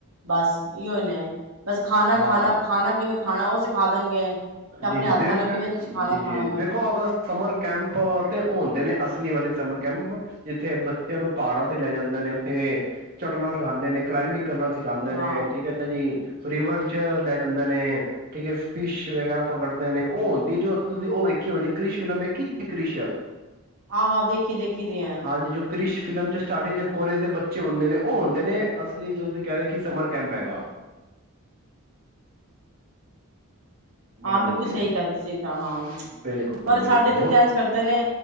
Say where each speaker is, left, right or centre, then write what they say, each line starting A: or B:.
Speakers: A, on the right; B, on the right.
A: ਬਸ ਇਹੋ ਹੀ ਨੇ ਬਸ ਖਾਣਾ
B: ਹਾਂ
A: ਖਾਣਾ ਖਾਣਾ ਕਿਵੇਂ ਖਾਣਾ ਉਹ ਸਿਖਾ ਦੇਣਗੇ। ਆਪਣੇ
B: ਜੀ ਜੀ
A: ਹੱਥਾਂ
B: ਦੇਖੋ
A: ਨਾਲ ਕਿਵੇਂ ਤੁਸੀਂ ਖਾਣਾ
B: ਜੀ ਜੀ
A: ਖਾਣਾ ਮੈਂ
B: ਦੇਖੋ ਅਗਸਤ ਸਮਰ ਕੈਂਪ ਤੇ ਓ ਹੁੰਦੇ ਨੇ ਅਸਲੀ ਵਾਲੇ ਸਮਰ ਕੈਂਪ ਜਿੱਥੇ ਬੱਚਿਆਂ ਨੂੰ ਪਹਾੜਾਂ ਤੇ ਲੈ ਜਾਂਦੇ ਨੇ ਉੱਥੇ ਚੜਨਾ ਸਿਖਾਂਦੇ ਨੇ ਕਲਾਈਬਿੰਗ ਕਰਨਾ ਸਿਖਾਉਂਦੇ
A: ਹਾਂ
B: ਨੇ ਠੀਕ ਹੈ ਜੀ ਰਿਵਰ ਚ ਲੈ ਜਾਂਦੇ ਨੇ ਠੀਕ ਹੈ ਫਿਸ਼ ਵਗੈਰਾ ਪਕੜਦੇ ਨੇ ਉਹ ਹੁੰਦੀ ਜੋ ਤੁਸੀਂ ਉਹ ਵੇਖੀ ਹੋਣੀ ਕ੍ਰਿਸ਼ ਫਿਲਮ ਵੇਖੀ ਜੇ ਕ੍ਰਿਸ਼?
A: ਆਹੋ ਦੇਖੀ ਦੇਖੀ ਦੀਆਂ
B: ਹਾਂਜੀ ਜੋ ਕ੍ਰਿਸ਼ ਫਿਲਮ ' ਸਟਾਰਟਿੰਗ ਦੇ ਕੋਲੇਜ ਦੇ ਬੱਚੇ ਹੁੰਦੇ ਨੇ ਉਹ ਹੁੰਦੇ ਨੇ ਅਸਲੀ ਜੋ ਤੁਸੀਂ ਕਹਿੰਦੇ ਕਿ ਸਮਰ ਕੈਂਪ ਹੈਗਾ।
A: ਹਾਂ
B: ਹਾਂਜੀ
A: ਬਿਲਕੁਲ ਸਹੀ ਗ ਦੱਸੇ ਤਾਂ ਹਾਂ
B: ਬਿਲਕੁਲ
A: ਪਰ
B: ਬਿਲਕੁਲ
A: ਸਾਡੇ ਤੇ
B: ਹੋ
A: ਐਂਜ ਕਰਦੇ ਨੇ